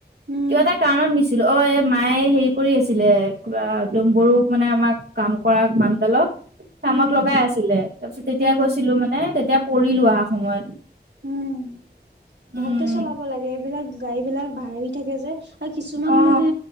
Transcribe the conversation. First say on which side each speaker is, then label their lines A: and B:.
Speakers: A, on the right (about 85°); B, on the right (about 65°).
A: উম
B: কিবা এটা কাৰণত নিছিলো অ মায়ে হেৰি কৰি আছিলে কদম বৰু মানে আমাক কাম কৰা মান্ডালক কামত
A: উম
B: লগাই আছিলে তাৰপিছত তেতিয়া
A: উম
B: গৈছিলো মানে তেতিয়া পৰিলো অহা সময়ত।
A: উম
B: উম
A: ভালকে চলাব লাগে এইবিলাক গাড়ী বিলাক ভাৰি থাকে যে আৰু কিছুমান
B: অ
A: মানে